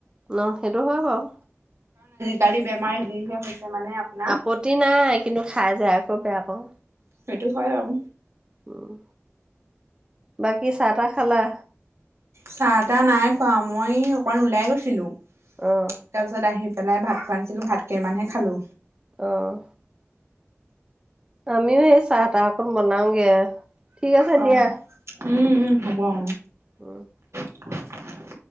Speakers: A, on the right (about 20°); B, on the right (about 65°).
A: ন সেইটো হয় বাৰু।
B: কালি বেমাৰ যিহে হৈছে মানে! আপোনাৰ
A: আপত্তি নাই কিন্তু খাই যায় আকৌ বেয়া পাও।
B: সেইটো হয় আৰু।
A: উম, বাকী চাহ তাহ খালা।
B: চাহ তাহ নাই খোৱা মই অকমান ওলাই গৈছিলো।
A: অ',
B: তাৰপিছত আহি পেলাই ভাত খোৱা না, ভাত কেইমানহে খালো।
A: অ', আমিও সেই চাহ তাহ অকন বনাওগে ঠিক আছে
B: অ
A: দিয়া।
B: উম - উম হ'ব অ,
A: উম,
B: <inaudible>